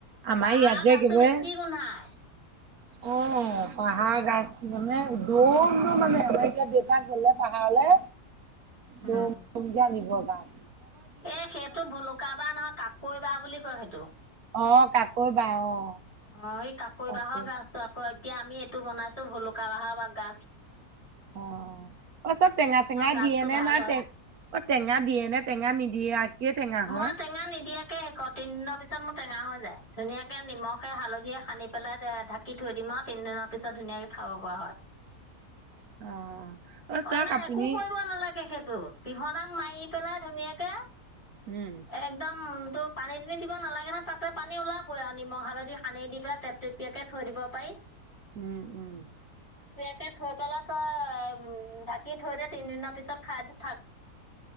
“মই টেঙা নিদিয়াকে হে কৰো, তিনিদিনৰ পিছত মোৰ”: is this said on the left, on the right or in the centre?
Left